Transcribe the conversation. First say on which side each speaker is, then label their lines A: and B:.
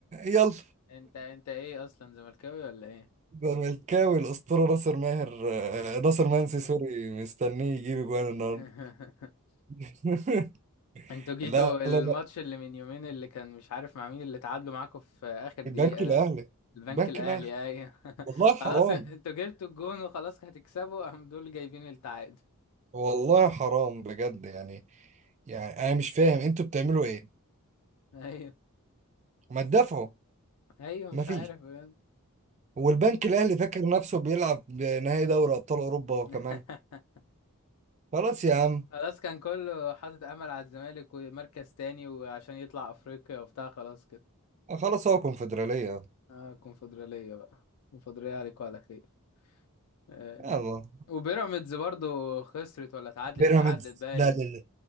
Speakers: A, on the right (about 30°); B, on the left (about 80°).
A: يلا
B: انت انت ايه اصلا زملكاوي ولا ايه
A: زملكاوي الأسطورة ناصر ماهر آه، ناصر منسي سوري مستنيه يجيب اجوان النهاردة
B: <laughs>
A: <laughs>
B: انتوا جيتوا
A: لا
B: الماتش
A: لا لا
B: اللي من يومين اللي كان مش عارف مع مين اللي تعادلوا معاكم في اخر دقيقة
A: البنك الأهلي
B: ده البنك
A: البنك
B: الاهلي
A: الأهلي
B: اي <laughs>
A: والله حرام
B: خلاص انتوا جبتوا الجون وخلاص هتكسبوا قام دول جايبين التعادل
A: والله حرام بجد يعني يعني أنا مش فاهم أنتوا بتعملوا إيه
B: ايوه
A: ما تدافعوا
B: ايوه
A: مفيش
B: مش عارف بجد.
A: والبنك الاهلي فاكر نفسه بيلعب نهائي دوري ابطال اوروبا وكمان
B: <laughs>
A: خلاص يا عم
B: خلاص كان كله حاطط امل على الزمالك ومركز تاني وعشان يطلع افريقيا وبتاع خلاص كده
A: خلاص هو كونفدراليه
B: اه كونفدرالية بقى كونفدرالية عليكم على خير آه.
A: يلا
B: وبيراميدز برضو خسرت ولا اتعادلت
A: بيراميدز
B: اتعادلت باين
A: لا لا لا